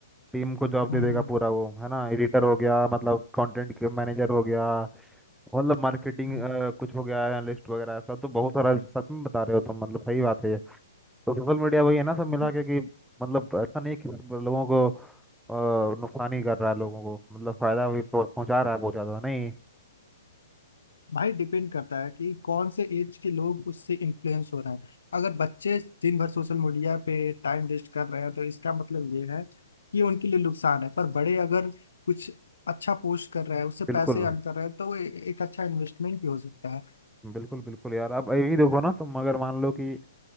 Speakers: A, in the centre; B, on the left.
A: टीम को जॉब
B: हम्म
A: दे देगा
B: हम्म
A: पूरा वो है ना एडिटर हो गया मतलब कंटेंट मैनेजर हो गया मतलब मार्केटिंग
B: हम्म,
A: कुछ हो गया एनालिस्ट वगैरह ऐसा तो बहुत सारा सच में बता रहे हो तुम मतलब सही बात है ये। तो सोशल मीडिया वही है ना सब
B: हम्म।
A: मिला के कि मतलब ऐसा नहीं है कि मतलब लोगों को अ, नुकसान ही कर रहा है लोगों को मतलब फायदा भी पहुं- पहुंचा रहा है बहुत ज्यादा नहीं
B: भाई डिपेंड करता है कि कौन से एज के लोग उससे इन्फ्लुएंस हो रहे हैं अगर बच्चे दिन भर सोशल मीडिया पे टाइम वेस्ट कर रहे हैं तो इसका मतलब ये है कि उनके लिए नुकसान है पर बड़े अगर कुछ अच्छा पोस्ट कर रहे हैं उससे पैसे
A: बिल्कुल
B: अर्न कर रहे हैं तो वो ए- एक अच्छा इन्वेस्टमेंट भी हो सकता है
A: बिल्कुल बिल्कुल यार अब यही देखो ना तुम अगर मान लो कि